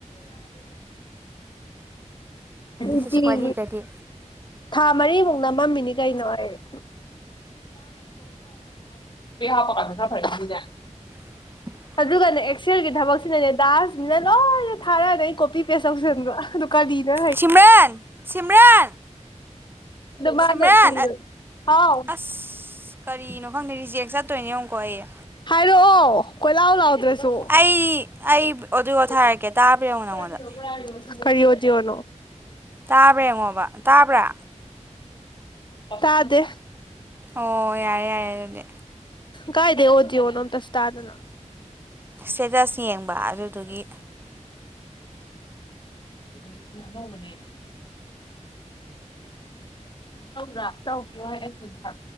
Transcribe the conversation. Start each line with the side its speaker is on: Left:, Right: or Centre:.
Left: ꯍꯧꯅꯨꯡꯇꯤꯒꯤ
Right: ꯁꯤꯁ ꯋꯥꯔꯤꯒꯗꯤ
Left: ꯊꯥ ꯃꯔꯤꯃꯨꯛꯅ ꯃꯝꯃꯤꯅꯤ ꯀꯩꯅꯣ ꯍꯥꯏꯔꯦ ꯍꯥ ꯄ ꯐꯅꯦ
Right: <unintelligible>
Left: ꯑꯗꯨꯒꯅꯦ ꯑꯦꯛꯁꯦꯜꯒꯤ ꯊꯕꯛꯁꯤꯅꯅꯦ ꯗꯥꯁꯅꯤꯅ ꯂꯣꯏꯅ ꯊꯥꯔꯛꯑꯗ ꯑꯩ ꯀꯣꯄꯤ ꯄꯦꯁ ꯇꯧꯁꯟꯕ ꯑꯗꯨ ꯀꯔꯤꯅ
Right: ꯁꯤꯝꯔꯟ ꯁꯤꯝꯔꯟ ꯁꯤꯝꯔꯟ
Left: ꯃꯥꯅ ꯍꯥꯎ
Right: ꯑꯁ ꯀꯔꯤꯅꯣ ꯈꯪꯗꯦ ꯔꯤꯖꯦꯛ ꯆꯠꯇꯣꯏꯅꯦ ꯌꯦꯉꯨꯀꯣ ꯑꯩꯦ
Left: ꯍꯥꯏꯔꯛꯑꯣ ꯀꯣꯏꯂꯥꯎ ꯂꯥꯎꯗ꯭ꯔꯁꯦ ꯁ
Right: ꯑꯩ ꯑꯩ ꯑꯣꯗꯤꯑꯣ ꯊꯥꯔꯛꯀꯦ
Left: ꯀ
Right: ꯇꯥꯕ꯭ꯔꯥ ꯌꯦꯡꯉꯣ ꯅꯪꯉꯣꯟꯗ
Left: ꯀꯔꯤꯌꯣꯗꯤꯅ
Right: ꯇꯥꯕ꯭ꯔꯥ ꯌꯦꯡꯉꯣꯕ ꯇꯥꯕ꯭ꯔꯥ
Left: ꯇꯥꯗꯦ
Right: ꯑꯣ ꯌꯥꯔꯦ ꯌꯥꯔꯦ ꯑꯗꯨꯗꯤ
Left: ꯀꯥꯏꯗꯦ ꯍꯗꯤ ꯑꯣ ꯅꯣ ꯇꯁ ꯑꯗꯨꯗꯅ
Right: ꯁ꯭ꯇꯦꯇꯁ ꯌꯦꯡꯕ ꯑꯗꯨꯗꯨꯒꯤ
Left: ꯀꯩꯗꯁꯤꯅ ꯑꯅꯧꯕꯅꯦ ꯔ ꯇ꯭ꯔꯥꯎ ꯀ